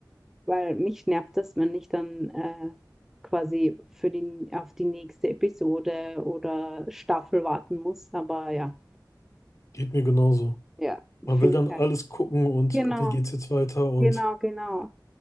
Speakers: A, in the centre; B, on the left.
A: weil mich nervt das, wenn ich dann äh, quasi für die, auf die nächste Episode oder Staffel warten muss. Aber ja,
B: Geht mir genauso.
A: ja,
B: Man
A: finde
B: will dann
A: ich halt.
B: alles gucken und
A: Genau,
B: okay, wie geht's jetzt weiter und
A: genau, genau,